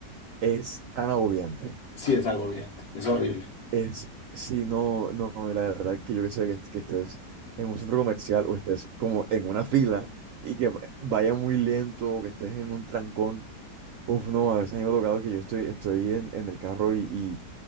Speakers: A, on the right; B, on the left.
A: es tan agobiante.
B: Sí, es agobiante, es horrible.
A: Es, si no, no, no, la verdad que yo que sé que, est- que estés en un centro comercial o estés como en una fila y que va- vaya muy lento o que estés en un trancón. Uf, no, a veces a mí me ha tocado que yo estoy, estoy en, en el carro y, y,